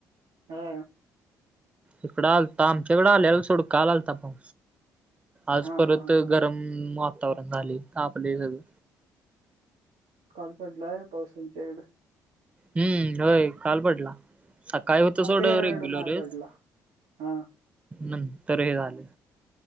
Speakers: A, on the right (about 80°); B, on the right (about 20°).
A: हा.
B: इकडा आलता आमचाकडं आलेला सोड काल आलेला. आज
A: हा
B: परत
A: हा हा हा
B: गरम वातावरण झालय तापलंय सगळं.
A: काल पडलाय पाऊस आमच्याकड.
B: हुं होय. काल पडला, सकाळी होत
A: आमच्या
B: सोड
A: घराकडे
B: रेग्युलरच.
A: नाही पडला हा
B: नंतर हे झाले.